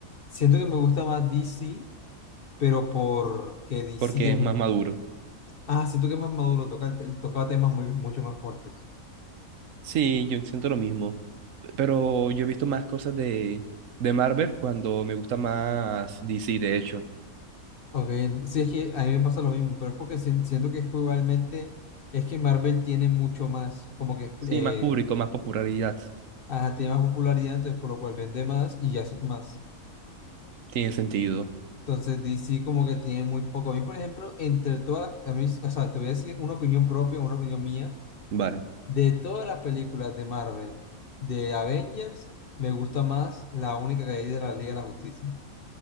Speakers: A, on the left; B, on the right.
A: siento que me gusta más DC, pero porque DC
B: Porque
A: es
B: es más maduro.
A: Ah, siento que es más maduro, toca, te- tocaba temas muy, mucho más fuertes.
B: Sí, yo siento lo mismo. Pero yo he visto más cosas de, de Marvel cuando me gusta más DC, de hecho.
A: Ok, ent- sí, es que a mí me pasa lo mismo, pero es porque sien- siento que es que igualmente, es que Marvel tiene mucho más, como que,
B: Sí,
A: eh,
B: más público, más popularidad.
A: ajá, tiene más popularidad, entonces por lo cual vende más y ya hace más.
B: Tiene sentido.
A: Entonces DC como que tiene muy poco. A mí, por ejemplo, entre todas las, a mí, o sea, te voy a decir una opinión propia, una opinión mía,
B: Vale.
A: de todas las películas de Marvel, de Avengers, me gusta más la única que hay de la Liga de la Justicia.